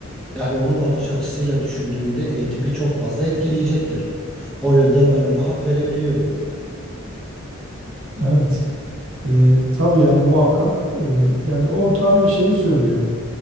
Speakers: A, in the centre; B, on the right.
A: Yani onun bakış açısıyla düşündüğümde eğitimi çok fazla etkileyecektir. O yönden ben ona hak verebiliyorum.
B: Evet. Ee, tabii yani muhakkak. Ee, yani o tabii şey söylüyor.